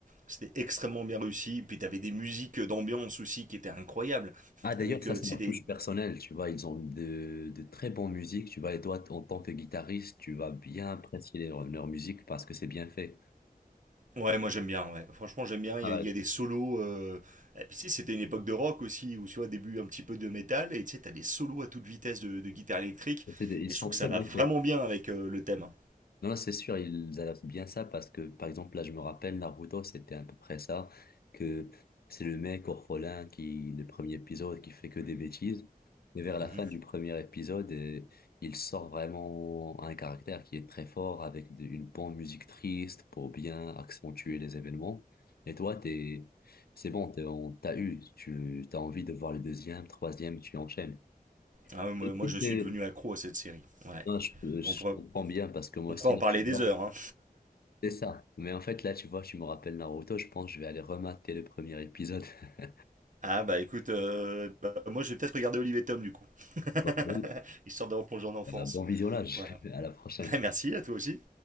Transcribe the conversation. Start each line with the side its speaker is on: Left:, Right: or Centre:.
Right: c'était extrêmement bien réussi. Puis t'avais des musiques d'ambiance aussi qui étaient incroyables.
Left: Ah, d'ailleurs,
Right: Avec
Left: ça,
Right: euh,
Left: c'est
Right: tu
Left: leur
Right: sais des
Left: touche personnelle, tu vois, ils ont de, de très bonnes musiques, tu vois, et toi, en tant que guitariste, tu vas bien apprécier leur, leur musique parce que c'est bien fait.
Right: ouais moi j'aime bien ouais. Franchement j'aime bien.
Left: Pareil,
Right: Il y, a- il y a des solos. euh, et puis tu sais c'était une époque de rock aussi où tu vois début un petit peu de métal et tu sais t'as des solos à toute vitesse de, de guitare électrique.
Left: C'est des- ils
Right: Et
Left: sont
Right: je trouve que
Left: très
Right: ça va
Left: bien
Right: vraiment
Left: faits.
Right: bien avec euh, le thème.
Left: Non, c'est sûr, ils adaptent bien ça parce que, par exemple, là, je me rappelle, Naruto, c'était à peu près ça, que c'est le mec orphelin qui, le premier épisode, qui fait que des bêtises. Mais vers la
Right: Mhm.
Left: fin du premier épisode, euh, il sort vraiment un caractère qui est très fort avec de- une bonne musique triste pour bien accentuer les événements. Et toi, t'es, c'est bon, t'es, on t'a eu, tu, t'as envie de voir le deuxième, troisième, tu enchaînes.
Right: Ah ouais, moi,
Left: Écoute,
Right: moi, je suis
Left: euh,
Right: devenu accro à cette série. Ouais.
Left: non, je, peux- je
Right: On pourrait,
Left: comprends bien parce que moi
Right: on pourrait
Left: aussi,
Right: en
Left: là,
Right: parler
Left: tu
Right: des
Left: vois.
Right: heures. hein.
Left: C'est ça. Mais en fait, là, tu vois, tu me rappelles Naruto, je pense que je vais aller remater le premier épisode. <laughs>
Right: Ah bah écoute, euh, bah, moi je vais peut-être regarder Olivier Tom du coup.
Left: Bon,
Right: <laughs>
Left: oui.
Right: Histoire de replonger en enfance.
Left: Un Bon visionnage.
Right: Voilà.
Left: <laughs> À la prochaine.
Right: <laughs> merci à toi aussi.